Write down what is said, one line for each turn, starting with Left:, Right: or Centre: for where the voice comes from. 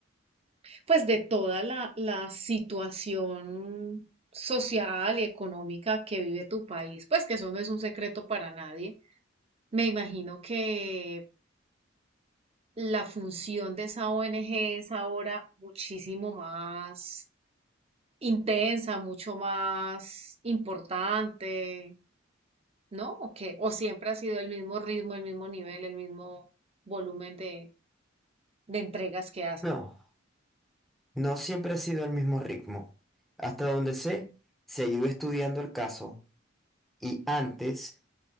Right: pues de toda la, la situación social y económica que vive tu país, pues que eso no es un secreto para nadie. Me imagino que la función de esa ONG es ahora muchísimo más intensa, mucho más importante, ¿no? ¿O qué? ¿O siempre ha sido el mismo ritmo, el mismo nivel, el mismo volumen de, de entregas que hacen?
Centre: No. No siempre ha sido el mismo ritmo. Hasta donde sé, se ha ido estudiando el caso y antes